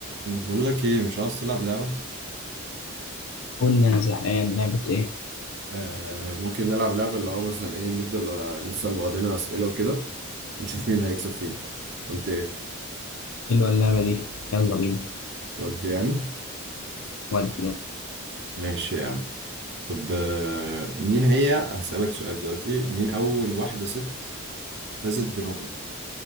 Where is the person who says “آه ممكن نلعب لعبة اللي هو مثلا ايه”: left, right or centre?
Right